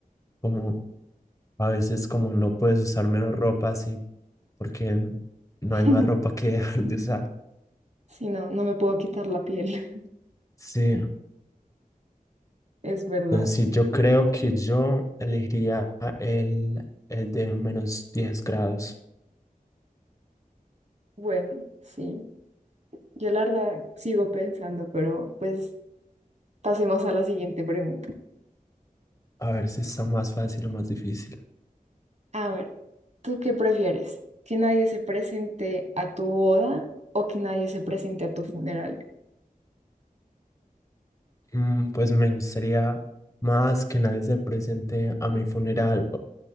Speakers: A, on the left (about 20°); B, on the right (about 50°).
A: como a veces como no puedes usar menos ropa así, porque no
B: <laughs>
A: hay más ropa que <laughs> dejar de usar.
B: Si no, no me puedo quitar la piel,
A: Sí,
B: <laughs> es verdad.
A: entonces yo creo que yo elegiría el, el de menos 10 grados,
B: Bueno, sí, yo la verdad sigo pensando, pero pues Pasemos a la siguiente pregunta.
A: a ver si está más fácil o más difícil.
B: A ver, ¿tú qué prefieres? ¿Que nadie se presente a tu boda o que nadie se presente a tu funeral?
A: Mm, Pues me gustaría más que nadie se presente a mi funeral